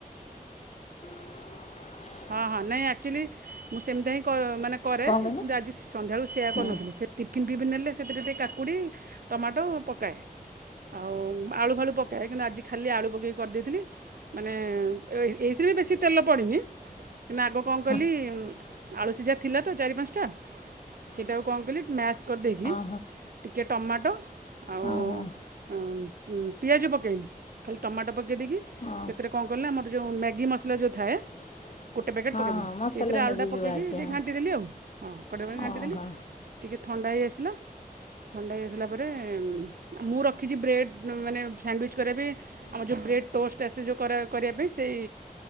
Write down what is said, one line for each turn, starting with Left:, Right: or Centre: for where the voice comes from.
Left: <inaudible>
Right: ହଁ ହଁ ନାଇଁ ଆକ୍ଚୁଆଲି ମୁଁ ସେମିତିହିଁ ମାନେ କରେ
Left: କଣ
Right: କିନ୍ତୁ
Left: କହିଲେ?
Right: ଆଜି ସନ୍ଧ୍ୟାବେଳୁ ସେୟା
Left: ହଁ
Right: କରିନଥିଲି ସେ ଟିଫିନ୍ ଫିଫିନ୍ ନେଲେ ସେଥିରେ ଟିକ କାକୁଡ଼ି ଟମାଟୋ ପକାଏ ଆଉ ଆଳୁ ଫାଳୁ ପକାଏ କିନ୍ତୁ ଆଜି ଖାଲି ଆଳୁ ପକେଇକି କରିଦେଇଥିଲି। ମାନେ ଏଇଥିରେବି ବେଶୀ ତେଲ ପଡ଼େନି କିନ୍ତୁ ଆଗ କଣ କଲି
Left: ହଁ
Right: ଆଳୁ ସିଝା ଥିଲାତ ଚାରି ପାଞ୍ଚଟା ସେଇଟାକୁ କଣକଲି ମ୍ୟାସ୍ କରିଦେଇକି
Left: ହଁ
Right: ଟିକେ ଟମାଟୋ ଆ
Left: ଅଁହଁ।
Right: ଅଁ ଉ ପିଆଜ ପକେଇନି ଖାଲି ଟମାଟୋ ପକେଇ ଦେଇକି
Left: ହଁ
Right: ସେଥିରେ କଣ କଲିନା ଆମର ଯେଉଁ ମ୍ୟାଗି ମସଲା ଯେଉଁ ଥାଏ।
Left: <inaudible>
Right: ଗୋଟେ ପ୍ୟାକେଟ
Left: ହଁ
Right: ପକାଇଦେଲି
Left: ହଁ ମସଲା
Right: ସେଇଥିରେ ଆଳୁା
Left: ମ୍ୟାଜିକ୍
Right: ପକେଇକି
Left: ଯୋଉ ବାହାରିଛି
Right: ଟିକେ
Left: ହଁ
Right: ଘାଣ୍ଟି ଦେଲି ଆଉ ହଁ ଗୋଟେ ପକଟ ଘାଣ୍ଟିଦେଲି
Left: ଓହୋ
Right: ଟିକେ ଥଣ୍ଡା ହେଇ ଆସିଲା ଥଣ୍ଡା ହେଇ ଆସିଲା ପରେ ମୁଁ ରଖିଛି ବ୍ରେଡ଼୍ ମାନେ ସାଣ୍ଡୱିଚ୍ କରିବାପାଇଁ ଆମର ଯେଉ ବ୍ରେଡ଼୍ ଟୋଷ୍ଟ ଆସେ ଯେଉଁ କରା କରିବା ପାଇଁ ସେଇ